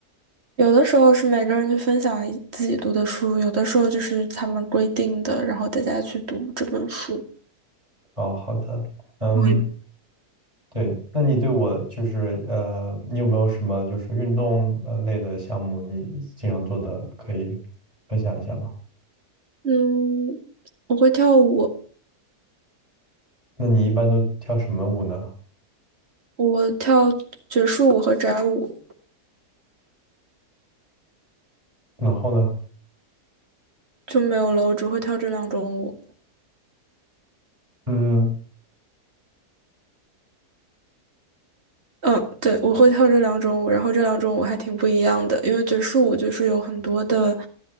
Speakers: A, on the right (about 40°); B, on the right (about 20°).
A: 有的时候是每个人去分享一自己读的书，有的时候就是他们规定的，然后大家去读这本书。
B: 哦，好的，嗯，
A: 同一本
B: 对，那你对我就是呃，你有没有什么就是运动呃类的项目，你经常做的，可以分享一下吗？
A: 嗯，我会跳舞，
B: 那你一般都跳什么舞呢？
A: 我跳爵士舞和宅舞，
B: 然后呢？
A: 就没有了，我只会跳这两种舞。
B: 嗯，
A: 嗯，对，我会跳这两种舞，然后这两种舞还挺不一样的，因为爵士舞就是有很多的